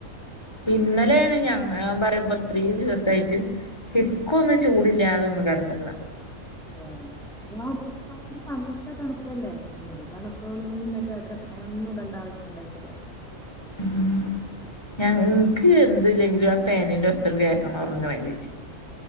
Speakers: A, on the left (about 20°); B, in the centre.
A: ഇന്നലെണ് ഞങ്ങ ഇത്രീം ദിവസ ആയ്ട്ട് ശരിക്കോന്നും ചൂടില്ലാതോന്ന് കെടന്ന്ണത്
B: ഏഹ് ആഹ ഞ <unintelligible> പപ്പ പ എ തണുപ്പല്ലേ എന്ത് തണുപ്പാണ് ന്നലെ രാത്രി ഫാനൊന്നും ഇടണ്ട ആവശ്യം ണ്ടായിട്ടില്ല
A: ഉ ഞ യ്ക്ക് എന്ത്ല്ലെങ്കിലും ആ ഫാനിന്റെ ഒച്ച ഒന്ന് കേക്കണം ഒറങ്ങണങ്കി